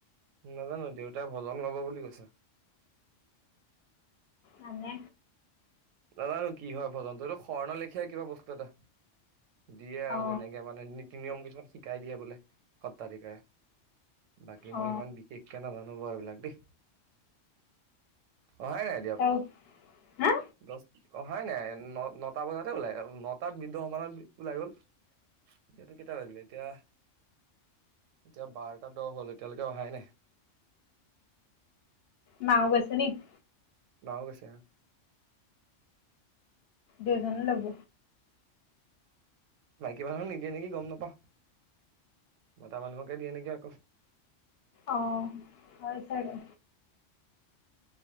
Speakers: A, on the right; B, on the left.
A: নাজানো দেউতাই ভজন লব বুলি কৈছে।
B: মানে
A: নাজানো কি হয় ভজন তো, সেইটো শৰ্ণ লেখিয়াই কিবা বস্তু এটা। দিয়ে আৰু
B: অ
A: তেনেকে মানে নীতি-নিয়ম কিছুমান- শিকাই দিয়ে বোলে সত্ৰাধিকাৰে। বাকী
B: অ অ
A: মই ইমান বিশেষ- কে নেজানো বাৰু এইবিলাক দেই, অহাই নাই এতিয়াও।
B: ত হা
A: দচ, অ' অহাই নাই, ন-নটা বজাতে ওলাই নটা বিছ মানত ওলাই গ'ল। এতিয়াতো কেইটা বাজিলে এতিয়া, এতিয়া বাৰটা দ'হ হ'ল এতিয়ালৈকে অহাই নাই
B: মাঁও গৈছে নেকি?
A: মাঁও গৈছে অঁ',।
B: দুইজনকে দিব?
A: মাইকী মানুহক নিদিয়ে নেকি গম নাপাওঁ, মতা মানুহকে দিয়ে নেকি আকৌ।
B: অঁ', হয় চাগে।